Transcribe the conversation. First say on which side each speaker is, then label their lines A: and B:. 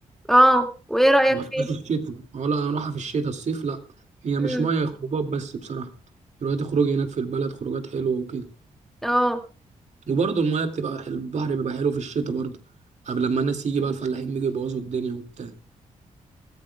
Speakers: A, in the centre; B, on the right (about 55°).
A: اه وايه رأيك
B: ما رحتش
A: فيه
B: في الشتاء اه لا انا اروحها في الشتاء الصيف لا هي
A: امم
B: مش ميه هي خروجات بس بصراحه دلوقتي خروج هناك في البلد خروجات حلوه وكده
A: اه
B: وبرضه الميه بتبقى حل- البحر بيبقى حلو في الشتاء برضه قبل لما الناس يجي بقى الفلاحين بيجوا يبوظوا الدنيا وبتاع